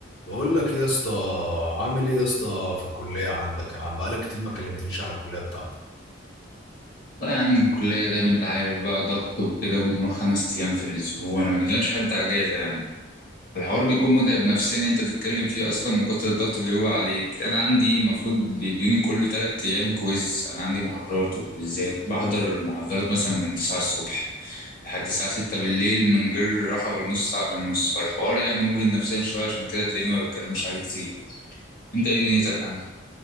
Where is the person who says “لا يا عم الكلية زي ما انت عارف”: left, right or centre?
Left